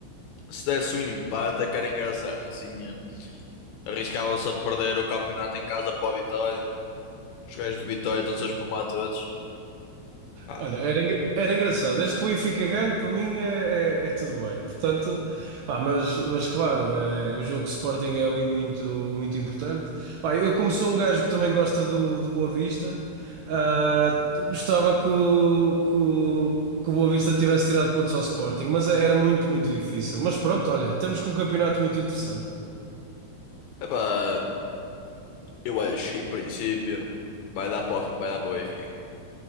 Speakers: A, on the left (about 75°); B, on the right (about 80°).
A: se desse um empate é que era engraçado. Assim, eh, arriscavam-se a perder o campeonato em casa para o Vitória. Os gajos do Vitória estão-se a espumar todos. Pá.
B: Olha, era, engra- era engraçado. Desde que o Benfica ganhe, para mim é, é- é tudo bem. Portanto, pá, mas, mas claro, é, o jogo Sporting é ali muito, muito importante. Pá, eu, como sou um gajo que também gosta do, do Boa Vista, ah, gostava que o, que o, que o Boa Vista tivesse tirado pontos ao Sporting, mas era muito, muito difícil. Mas pronto, olha, estamos com um campeonato muito interessante.
A: Epá, eu acho que em princípio vai dar para o, vai dar para o Benfica.